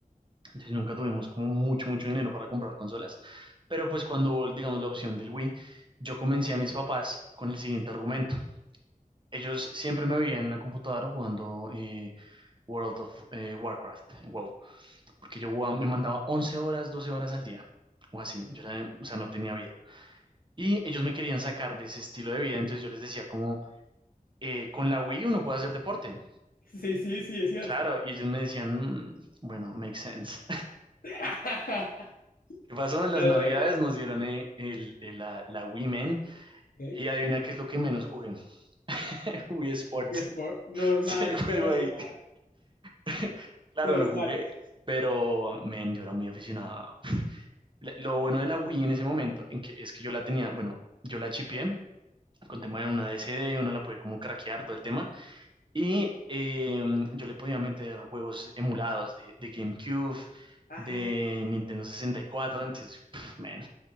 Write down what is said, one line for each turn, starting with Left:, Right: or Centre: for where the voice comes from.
Right: entonces nunca tuvimos como mucho, mucho dinero para comprar consolas, pero pues cuando hubo, digamos, la opción del Wii, yo convencí a mis papás con el siguiente argumento. Ellos siempre me veían en la computadora jugando eh, World of eh, Warcraft, WoW, porque yo jugaba- me mandaba 11 horas, 12 horas al día, o así, yo era- o sea, no tenía vida. Y ellos me querían sacar de ese estilo de vida, entonces yo les decía como, eh, con la Wii uno puede hacer deporte.
Left: sí, sí, sí, es cierto.
Right: Claro, y ellos me decían, "Mm, bueno, makes sense.
Left: <laughs>
Right: ¿Qué pasó? En las
Left: Claro,
Right: navidades
Left: claro.
Right: nos dieron eh, el, el- la, la Wii Men
Left: Ok.
Right: y adivina qué es lo que menos jugué. <laughs> Wii Sports.
Left: Wii Sport, normal,
Right: <laughs> Se juego
Left: normal,
Right: ahí. <laughs> Claro,
Left: normal.
Right: lo jugué, pero men, yo era muy aficionado. Le- Lo bueno de la Wii en ese momento en que, es que yo la tenía, bueno, yo la chipié con tema de una DCD, uno la puede como craquear todo el tema y eh, yo le podía meter juegos emulados de, de GameCube,
Left: Ay,
Right: de Nintendo 64, entonces, pff, men,